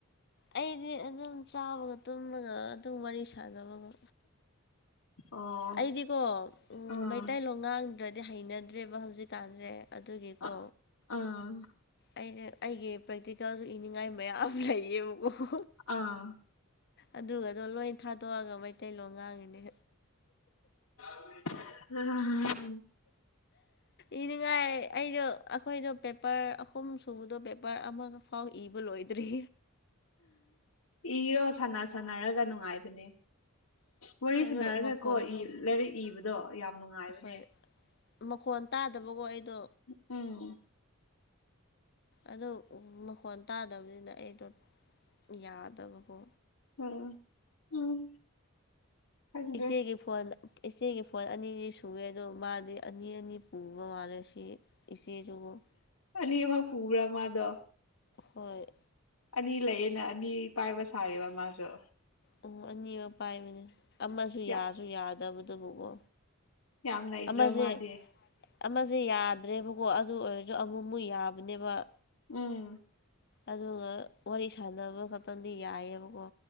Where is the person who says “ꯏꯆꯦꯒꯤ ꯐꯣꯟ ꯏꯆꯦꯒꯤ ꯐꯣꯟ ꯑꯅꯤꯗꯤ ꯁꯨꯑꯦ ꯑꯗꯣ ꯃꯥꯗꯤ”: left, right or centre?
Left